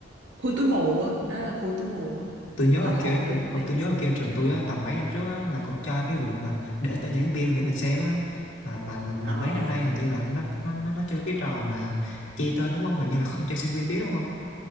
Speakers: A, on the right; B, on the left.
A: khui túi mù á đó là khui túi mù á
B: tôi nhớ
A: hết
B: ở
A: hồn
B: kia tr-
A: luôn
B: hồi
A: đây
B: tôi nhớ ở kia trường tôi á tầm mấy năm trước á là còn cho cái vụ mà để tên giảng viên để mình xem á mà mà mà, mà
A: Ờ
B: mấy năm nay hình như là nó nó nó nó chơi cái trò mà che tên đúng không hình như là không cho sinh viên biết đúng không